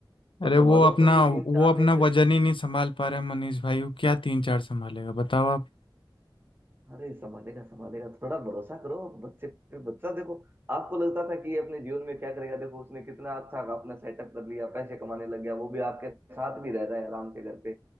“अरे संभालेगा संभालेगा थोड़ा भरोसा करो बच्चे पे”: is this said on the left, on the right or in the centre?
Right